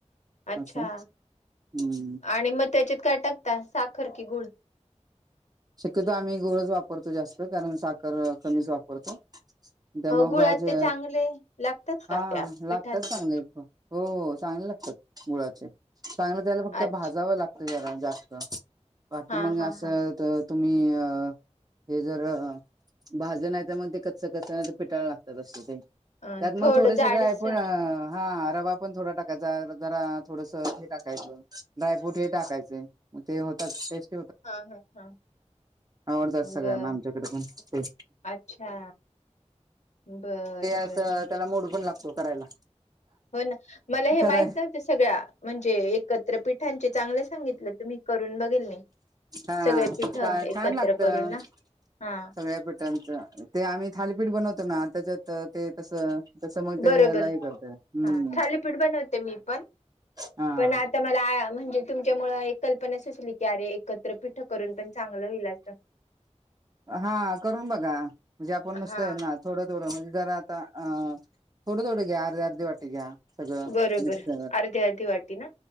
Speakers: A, on the left (about 70°); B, on the right (about 30°).
A: अच्छा
B: असं हम्म,
A: आणि मग त्याच्यात काय टाकता साखर की गुळ?
B: शक्यतो आम्ही गुळचं वापरतो जास्त कारण साखर कमीच वापरतो. त्या मग
A: गुळात
B: गुळाचे,
A: ते चांगले लागतात का
B: हा
A: त्या
B: लागतात
A: पिठांचे
B: चांगले <unintelligible> हो चांगले लागतात गुळाचे चांगले, त्याला फक्त
A: अच्छा
B: भाजावं लागतं जरा जास्त. बाकी
A: हा
B: मगं
A: हा
B: असं
A: हा
B: त तुम्ही अ हे जर अं भाजलं नाही तर मग ते कच्च- कच्च नाही तर पिठाळं लागतात असे ते.
A: अ
B: त्यात मगं
A: थोडं
B: थोडेसे
A: जाडसर
B: ड्रायफ्रुट हा, हा रवा पण थोडा टाक भाजायला जरा थोडसं हे टाकायचं ड्रायफ्रूट हे टाकायचे मग ते होतत टेस्ट
A: हा, हा, हा
B: आवडतात सगळ्यांना
A: बर
B: आमच्याकडे पण ते.
A: अच्छा बरं,
B: असंय
A: बरं
B: त्याला मूड लागतो करायला.
A: हो ना मला हे
B: कराय
A: माहित नही. सगळ्या म्हणजे एकत्र पीठांचे चांगलं सांगितलं तुम्ही करून बघेल मी.
B: हा
A: सगळे पीठ
B: काळं
A: एकत्र
B: छान लागतं,
A: करून ना हा
B: सगळ्या पिठांनच. ते आम्ही थालीपीठ बनवतो ना, त्याच्यात ते तसं तसं मग ते
A: बरोबर
B: ह्याला हे करतय हम्म
A: हा थालीपीठ बनवते मी पण,
B: हा
A: पण आत आता मला म्हणजे तुमच्यामुळे एक कल्पना सुचली की अरे एकत्रपीठ करून पण चांगलं होईल असं.
B: हा करून बघा, म्हणजे आपण नुसतं
A: हा
B: ये ना थोडं थोडं म्हणजे जरा आता अं थोडं थोडं घ्या अर्धे अर्धे वाटी घ्या सगळं
A: बरोबर
B: मिक्स कर
A: अर्धी अर्धी वाटी ना